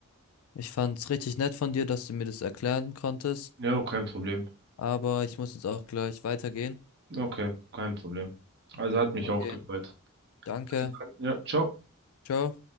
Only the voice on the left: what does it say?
Ich fand es richtig nett von dir, dass du mir das erklären konntest,
aber ich muss jetzt auch gleich weitergehen.
Okay,
danke.
Ciao.